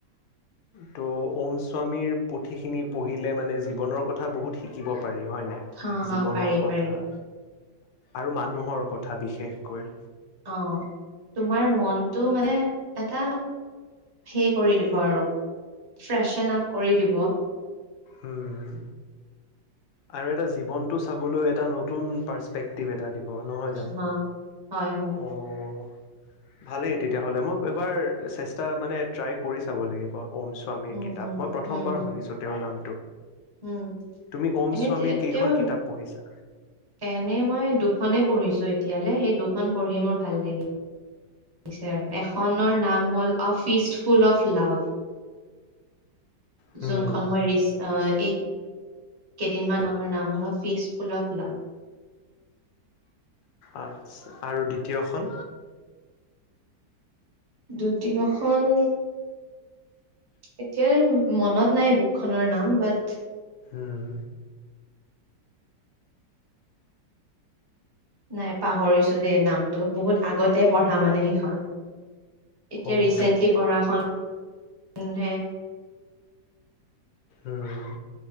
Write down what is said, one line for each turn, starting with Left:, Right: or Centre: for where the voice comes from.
Left: ত' ওম স্বামীৰ পুথিখিনি পঢ়িলে মানে জীৱনৰ কথা বহুত শিকিব পাৰি। হয়নে,
Right: হা হা
Left: জীৱনৰ
Right: পাৰি
Left: কথা
Right: পাৰি
Left: আৰু মানুহৰ কথা বিশেষকৈ।
Right: অ' তোমাৰ মনটো মানে এটা হেই কৰি দিব আৰু ফ্ৰেচন আপ কৰি দিব।
Left: উম, আৰু এটা জীৱনটো চাবলৈ এটা নতুন পাচপেৰেকট <unintelligible> এটা দিব নহয় জানো
Right: হ হয় হয়
Left: অ' ভালেই তেতিয়া হ'লে মোক এবাৰ চেষ্টা মানে ট্ৰাই কৰি চাব লাগিব। ওম স্বামীৰ
Right: উম
Left: কিতাপ
Right: হম
Left: মই প্ৰথমবাৰ
Right: উম হম
Left: শুনিছোঁ তেওঁৰ নাম।
Right: উম
Left: তুমি ওম
Right: এনে
Left: স্বামীৰ
Right: তে-
Left: কেইখন
Right: তেওঁ
Left: কিতাপ পঢ়িছা।
Right: এনে মই দুখনে পঢ়িছো এতিয়ালৈ সেই দুখন পঢ়ি মোৰ ভাল লাগিল। এখনৰ নাম হ'ল অ' ফিষ্ট ফুল অফ্ লাভ।
Left: হুম
Right: যোনখন মই ৰিচ অহ'। কেইদিনমান মৰ নাম হ'ল ফিজ ফুল অফ্ লাভ।
Left: আচছা আৰু দ্বিতীয়খন।
Right: দ্বিতীয়খন এতিয়া মনত নাই বুক খনৰ নাম বাট
Left: উম।
Right: নাই পাহৰিছো দেই নামটো বহুত আগতে পঢ়া মানে সেইখন। এতিয়া
Left: অ'
Right: ৰিচেন্টলি পঢ়া খন হে
Left: উম।